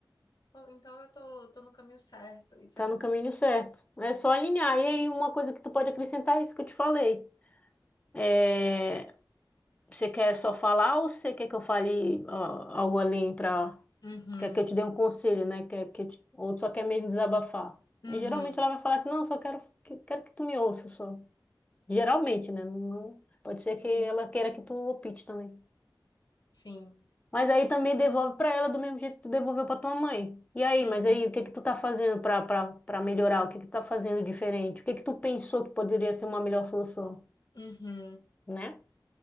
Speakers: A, on the left; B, on the left.
A: Pô, Então eu tô, tô no caminho certo, isso
B: Tá
A: é bom.
B: no caminho certo. É só alinhar. E aí uma coisa que tu pode acrescentar é isso que eu te falei. é Você quer só falar ou você quer que eu fale ah, algo além pra.
A: Uhum.
B: Quer que eu te dê um conselho, né? Quer que eu te- Ou só quer mesmo desabafar?
A: Uhum.
B: E geralmente ela vai falar assim, não, só quero que, quero que tu me ouça só. Geralmente, né? Não... Pode ser
A: Sim,
B: que ela queira que tu opte também.
A: sim.
B: Mas aí também devolve pra ela do mesmo jeito que tu devolveu pra tua mãe. E aí,
A: Uhum.
B: mas aí, o que que tu tá fazendo pra, pra, pra melhorar? O que que tu tá fazendo diferente? O que que tu pensou que poderia ser uma melhor solução,
A: Uhum.
B: né?